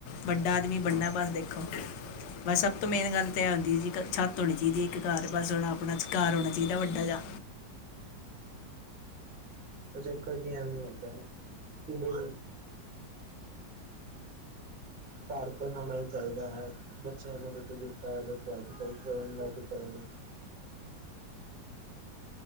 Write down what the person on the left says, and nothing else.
ਵੱਡਾ ਆਦਮੀ ਬਣਨਾ ਐ ਬਸ ਦੇਖੋ, ਬਸ ਸਭ ਤੋਂ ਮੇਨ ਗੱਲ ਤੇ ਐ ਹੁੰਦੀ ਜੀ ਕ ਛੱਤ ਹੋਣੀ ਚਾਹੀਦੀ ਹੈ ਇੱਕ। ਘਰ ਬਸ ਹੋਣਾ ਅਪਣਾ ਘਰ ਹੋਣਾ ਚਾਹੀਦਾ ਵੱਡਾ ਜਾ।